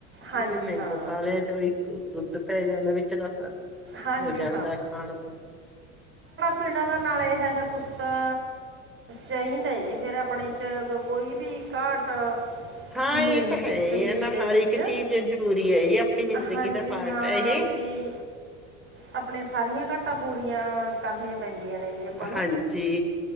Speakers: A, on the right; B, in the centre.
A: ਹਾਂਜੀ
B: ਵੀ ਮੈਂਗੋ
A: ਹਾਂ
B: ਪਾਲਿਆ ਚਲੋ ਜੀ। ਦੁੱਧ ਪੈ ਜਾਂਦਾ ਵਿਚ, <inaudible>
A: ਹਾਂਜੀ
B: ਹੋ ਜਾਂਦਾ ਖਾਣ।
A: ਪਿੰਡਾਂ ਦਾ ਨਾਲ ਇਹ ਹੈਗਾ, ਕੁਸ ਤਾ ਚਾਹੀਦਾ ਹੈ ਜੀ, ਫੇਰ ਆਪਣੇ ਚ, ਕੋਈ ਵੀ ਘਾਟ
B: ਹਾਂ
A: ਨਹੀਂ
B: ਇਹ
A: ਹੁੰਦੀ
B: ਤਾਂ ਹੈ
A: ਸਰੀਰ
B: ਹੀ ਹੈ ਨਾ
A: ਦੇ
B: ਹਰ
A: ਵਿੱਚ,
B: ਇੱਕ ਚੀਜ਼ ਜ਼ਰੂਰੀ ਹੈ ਇਹ ਆਪਣੀ ਜ਼ਿੰਦਗੀ
A: ਹਾਂਜੀ-ਹਾਂ,
B: ਦਾ ਪਾਰਟ ਹੈ ਇਹ
A: ਵੀ ਆਪਣੇ ਸਾਰੀਆਂ ਘਾਟਾਂ ਪੂਰੀਆਂ ਕਰਨੀਆਂ ਪੈਂਦੀਆਂ ਨੇ ਜੀ, ਆਪਾਂ ਨੂੰ।
B: ਹਾਂਜੀ